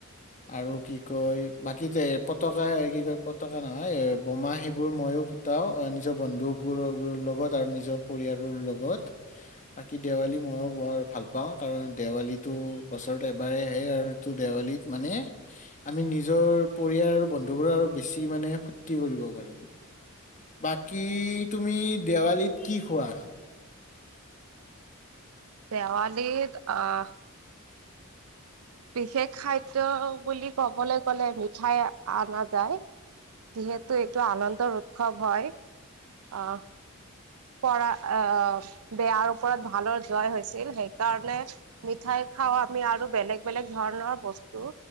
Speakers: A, on the left; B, on the right.
A: আৰু কি কয় বাকী পতকা কি কয় পতকা নহয় বোমা সেইবোৰ মইো ফুটাও নিজৰ বন্ধুবোৰৰ লগত আৰু নিজৰ পৰিয়ালৰ লগত বাকী দেৱালী মইও বৰ ভাল পাওঁ কাৰণ দেৱালীটো বছৰত এবাৰ আহে আৰু দেৱালীত মানে আমি নিজৰ পৰিয়াল বন্ধুবোৰ আৰু বেছি মানে ফূুৰ্তি কৰিব পাৰো বাকী তুমি দেৱালীত কি খোৱা
B: দেৱালীত আহ বিশেষ খাদ্য বুলি কবলৈ গলে মিঠাই অনা যায় যিহেতু এইটো আনন্দৰ উৎসৱ হয় আহ পৰা আহ বেয়াৰ ওপৰত ভালৰ জয় হৈছিল সেইকাৰণে মিঠাই খাওঁ আমি আৰু বেলেগ বেলেগ ধৰণৰ বস্তু